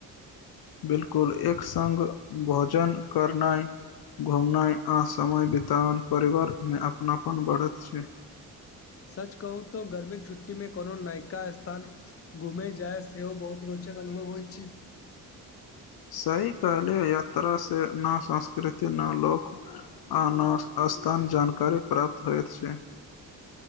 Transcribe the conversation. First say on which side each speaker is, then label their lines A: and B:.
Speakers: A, on the left; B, on the left.
A: बिलकुल एक संग भोजन करनाइ घुमनाइ आ समय बितैनाहि परिवारमे अपनापन बढ़ैत छै-य‌
B: सच कहू तो गर्मीके छुट्टीमे कोनो नायका स्थान घुमजायब सेहो बहुत रोचक अनुभव होइ छैय
A: सही काहलै यात्रा से न संस्कृतिक लोक आना अस्त्र। तह न जानकारी प्राप्त होइत छै-य-